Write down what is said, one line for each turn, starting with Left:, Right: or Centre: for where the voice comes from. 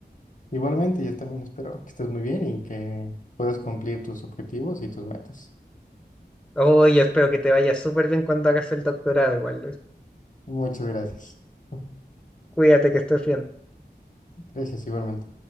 Left: Igualmente, yo también espero que estés muy bien y que puedas cumplir tus objetivos y tus metas.
Centre: Oye, espero que te vaya súper bien cuando hagas el doctorado igual, Lois.
Left: Muchas gracias. <laughs>
Centre: Cuídate que estés bien.
Left: Gracias igualmente.